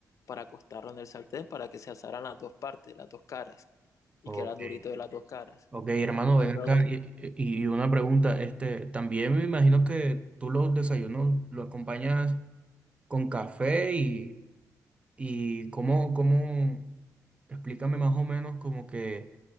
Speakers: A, on the left; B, on the right.
A: para acostarlo en el sartén para que se asaran las dos partes, las dos caras,
B: Ok,
A: y que era durito de las dos caras.
B: ok, hermano,
A: Pues
B: ven
A: luego,
B: acá y, y- y una pregunta, este, también me imagino que tú los desayunos lo acompañas con café y Y cómo, cómo, explícame más o menos como que,